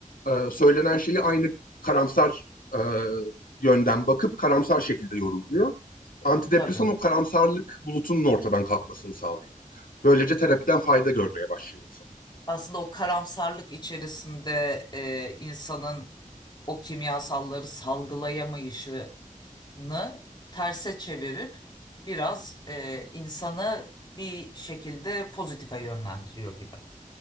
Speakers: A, on the left (about 85°); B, on the left (about 30°).
A: e, söylenen şeyi aynı karamsar e, yönden bakıp karamsar şekilde yorumluyor. Antidepresan
B: Tabii.
A: o karamsarlık bulutunun ortadan kalkmasını sağlıyor. Böylece terapiden fayda görmeye başlıyor insan.
B: Aslında o karamsarlık içerisinde e, insanın o kimyasalları salgılayamayışı mı terse çevirip biraz e, insanı bir şekilde pozitife yönlendiriyor gibi.